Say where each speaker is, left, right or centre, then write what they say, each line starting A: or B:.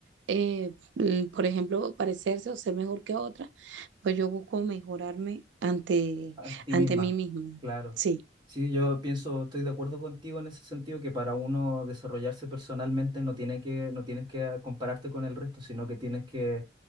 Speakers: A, on the right; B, on the right.
A: eh, mm, por ejemplo, parecerse o ser mejor que otra, pues yo busco mejorarme ante,
B: ante ti
A: ante
B: misma,
A: mí misma.
B: claro.
A: Sí.
B: Sí, yo pienso, estoy de acuerdo contigo en ese sentido, que para uno desarrollarse personalmente no tiene que, no tienes que ah, compararte con el resto, sino que tienes que